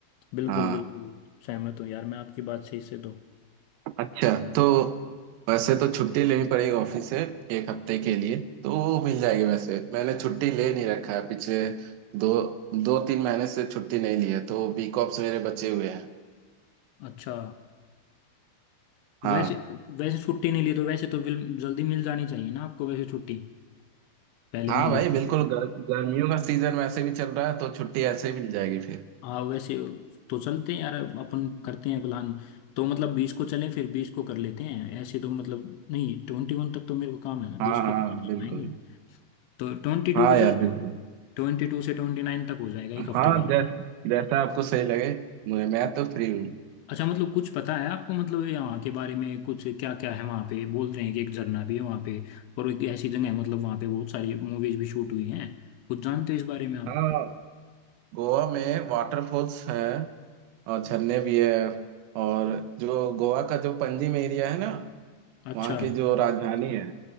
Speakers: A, on the left; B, on the right.
A: बिल्कुल
B: हाँ
A: बिल्कुल सहमत हूँ यार मैं आपकी बात सही से इससे तो
B: अच्छा तो वैसे तो छुट्टी लेनी पड़ेगी ऑफिस से एक हफ्ते के लिए तो वो मिल जाएगी वैसे मैंने छुट्टी ले नहीं रखा है पिछले दो दो तीन महीने से छुट्टी नहीं ली है तो बी कॉप्स मेरे बचे हुए हैं
A: अच्छा
B: हाँ
A: वैसे वैसे छुट्टी नहीं ली तो वैसे तो विल- जल्दी मिल जानी चाहिए ना आपको वैसे छुट्टी पहले
B: हाँ
A: नहीं ली
B: भाई बिल्कुल गर, गर्मियों का सीजन वैसे भी चल रहा है तो छुट्टी ऐसे ही मिल जाएगी फिर
A: हाँ वैसे तो चलते हैं यार अपन करते हैं प्लान तो मतलब बीस को चलें फिर बीस को कर लेते हैं ऐसे तो मतलब नहीं ट्वेंटी वन तक तो मेरे को काम है ना
B: हाँ
A: बीस
B: हाँ
A: को तो नहीं चल
B: बिल्कुल
A: पाएंगे तो ट्वेंटी टू
B: हाँ
A: को चलें
B: यार बिल्कुल
A: ट्वेंटी टू से ट्वेंटी नाइन तक हो जाएगा एक हफ्ते
B: हाँ
A: वाला
B: जैस, जैसा आपको सही लगे मैं मैं तो फ्री हूँ
A: अच्छा मतलब कुछ पता है आपको मतलब यहाँ के बारे में कुछ क्या क्या है वहाँ पे बोल रहे हैं कि एक झरना भी है वहाँ पे और एक ऐसी जगह है मतलब वहाँ पे बहुत सारी मूवीज भी शूट हुई हैं कुछ जानते हो इस बारे में आप
B: हाँ गोवा में वाटरफॉल्स है और झरने भी है और जो गोवा का जो पंजिम एरिया है ना
A: अच्छा
B: वहाँ की जो राजधानी है